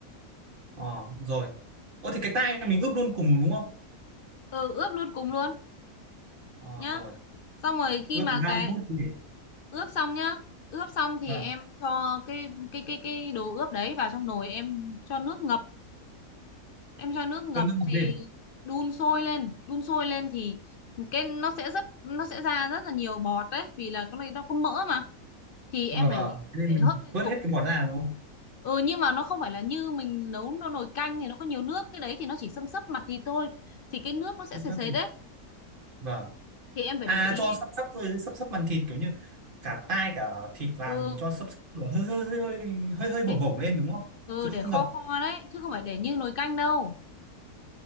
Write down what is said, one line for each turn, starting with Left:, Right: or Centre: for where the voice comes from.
Right: ờ rồi ô thì cái tai mình ướp luôn cùng đúng không
Left: ừ ướp luôn cùng luôn
Right: ờ
Left: nhá
Right: rồi
Left: xong rồi khi
Right: ướp
Left: mà
Right: khoảng 30
Left: cái
Right: phút thì
Left: ướp xong nhá ướp xong thì
Right: vâng
Left: em cho cái cái cái cái đồ ướp đấy vào trong nồi em cho nước ngập em cho nước ngập
Right: cho nước bọt
Left: thì
Right: lên
Left: đun sôi lên đun sôi lên thì cái nó sẽ rất nó sẽ ra rất là nhiều bọt đấy vì là cái này nó có mỡ mà thì
Right: vâng
Left: em phải
Right: thế nên
Left: phải
Right: mình
Left: hớt liên
Right: vớt
Left: tục
Right: hết cái bọt ra đúng không
Left: ừ nhưng mà nó không phải là như mình nấu nó nồi canh thì nó có nhiều nước cái đấy thì nó chỉ xâm xấp mặt thì thôi thì cái nước nó sẽ
Right: sắp
Left: sệt
Right: sắp
Left: sệt đấy
Right: vâng
Left: thì em phải
Right: à
Left: để ý
Right: cho
Left: em
Right: sắp sắp thôi sắp sắp màn thịt kiểu như cả tai cả thịt vào
Left: ừ
Right: thì mình cho sắp sắp lửa hơi hơi hơi hơi hơi
Left: để
Right: vổng vổng lên đúng không
Left: ừ
Right: chứ
Left: để
Right: không
Left: kho
Right: ngập
Left: kho đấy chứ không phải để như nồi canh đâu